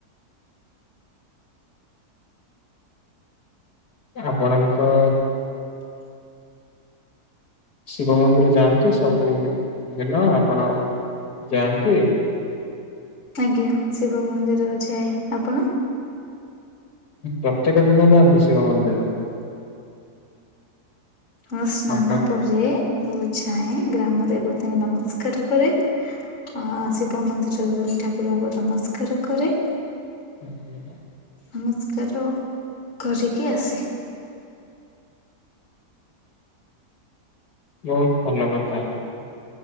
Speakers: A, on the left (about 75°); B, on the left (about 50°).
A: ଆପଣଙ୍କ ଶିବ ମନ୍ଦିର ଯାଆନ୍ତୁ ସବୁ ଦିନ ଆପଣ ଯାଆନ୍ତି?
B: ଆଜ୍ଞା, ଶିବ ମନ୍ଦିର ଅଛି, ଆପଣ
A: ପ୍ରତ୍ୟେକ ଦିନ ଯାଆନ୍ତି ଶିବ ମନ୍ଦିର?
B: ମୁଁ ସ୍ନାନ
A: ଆପଣ
B: ପରେ ମୁଁ ଯାଏ ଗ୍ରାମ ଦେବତୀଙ୍କୁ ନମସ୍କାର କରେ। ଅ ଶିବ ମନ୍ଦିର ଠାକୁରଙ୍କୁ ନମସ୍କାର କରେ।
A: ଆୁଁ
B: ନମସ୍କାର କରିକି ଆସେ।
A: ବହୁତ ଭଲ କଥା।